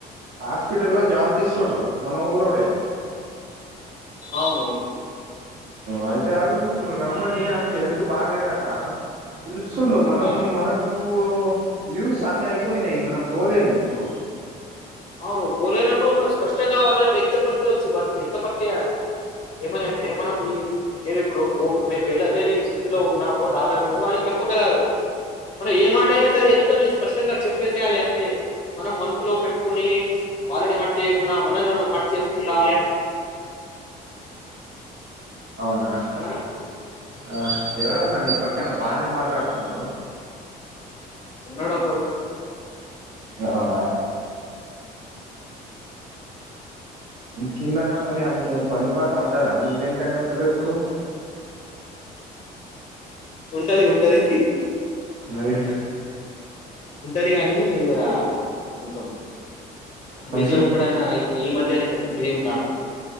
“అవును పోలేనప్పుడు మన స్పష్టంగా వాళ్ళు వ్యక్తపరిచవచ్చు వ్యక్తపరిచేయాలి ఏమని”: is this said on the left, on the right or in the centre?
Left